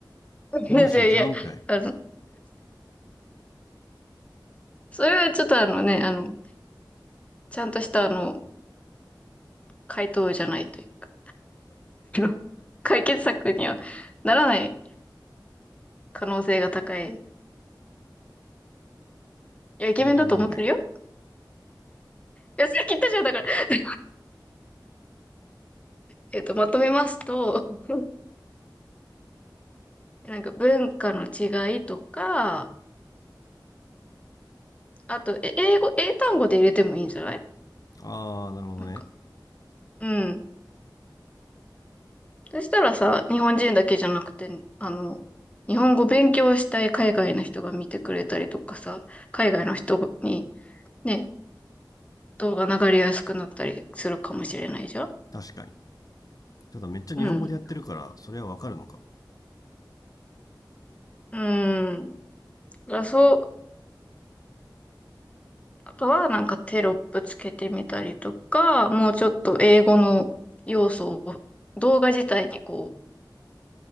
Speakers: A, on the left; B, on the left.
A: 本心ちゃうんかい
B: いやいやいや、あの、それはちょっとあのね、あの、ちゃんとしたあの、回答じゃないというか、<laughs> 解決策にはならない可能性が高い。いや、イケメンだと思ってるよ。
A: えじゃあ何がいい
B: いや、さっき言ったじゃん、だから。<laughs> えっと、まとめますと、<laughs> なんか文化の違いとか、あと、え、英語、英単語で入れてもいいんじゃない
A: ああなるほどね
B: なんか、うん。そしたらさ、日本人だけじゃなくて、あの、日本語勉強したい海外の人が見てくれたりとかさ、海外の人にね、動画流れやすくなったりするかもしれないじゃん
A: 確かにただめっちゃ日本語でやってるからそれはわかるのか
B: うん。うん。だからそう、あとはなんかテロップつけてみたりとか、もうちょっと英語の要素を動画自体にこ